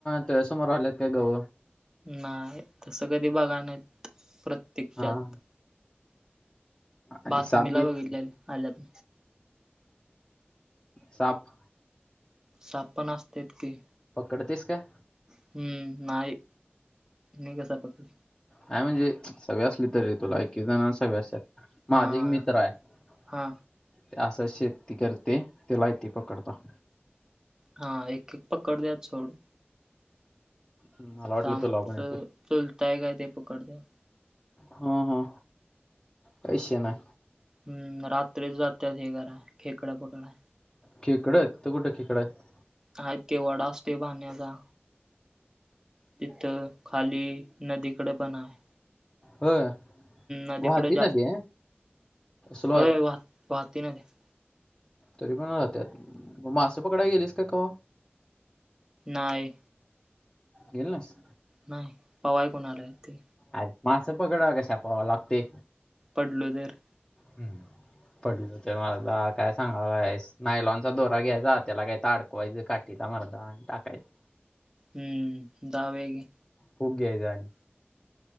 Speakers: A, on the left; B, on the right.
A: तुज्यासमोर आल्यात काय गव.
B: नाही तस कधी बगाय नाहीत प्रत्यक्षात.
A: हा आणि
B: बातमीला
A: साप बीप
B: बघितल्याल आल्यात.
A: साप.
B: साप पण असत्यात की.
A: पकडतोयस काय?
B: हम्म नाही मी कसा पटलं.
A: हाय म्हणजे सगळ असली तरी तुला एक एक जणाला सवय असत्यात. माझं
B: हा
A: एक मित्र आहे ते
B: हा
A: असंचं शेती करतयं त्याला इतय पकडता.
B: हा एक एक पकडत्यात सोड.
A: मला वाटलं
B: ता आमचं
A: तुला पण येते
B: चुलताय काय ते पकडत्यात.
A: हा हा पैशे नाय.
B: हम्म रात्रीचं जात्यात हे कराय खेकडं पकडाय.
A: खेकडं तिथं कुठं खेकडं आहेत.
B: हायत कि वडा असतोय पाण्याचा. तिथं खाली नदीकडं पण आहे.
A: होय
B: नदीकडे
A: वाहतय
B: जास्त
A: ना ते स्लो आहे.
B: होय वाह वाहती नदी आहे.
A: तरी पण राहत्यात म मासं पकडाय गेलाईस काय कवा.
B: नाही.
A: गेल नाईस.
B: नाही पवाय कुणाला येतय.
A: अ रे मासं पकडाय कशाला पवाय लागतय.
B: पडलो तर.
A: हम्म पडलो तेवा दा काय सांगायलायस. नायलॉनचा दोरा घ्यायचा त्याला काय तर अडकवायचं काठीला मर्दा आणि टाकायचं.
B: हम्म जवूया घे.
A: खूप घ्यायचा आणि